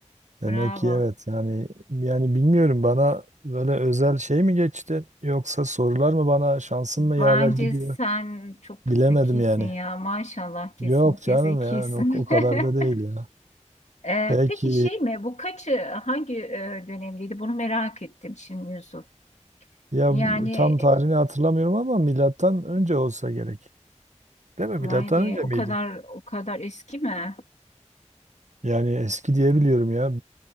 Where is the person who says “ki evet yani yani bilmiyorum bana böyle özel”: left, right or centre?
Right